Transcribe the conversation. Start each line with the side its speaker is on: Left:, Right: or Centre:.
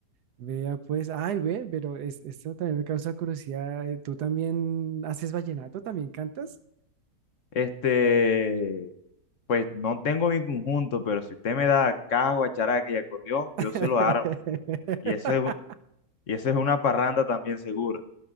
Right: vea pues, ay, ve, pero es- esto también me causa curiosidad. eh, ¿Tú también haces vallenato? ¿También cantas?
Left: Este, pues no tengo mi conjunto, pero si usted me da caja, guacharaca y acordeón, yo
Right: <laughs>
Left: se lo armo. Y eso es, un- y eso es una parranda también segura.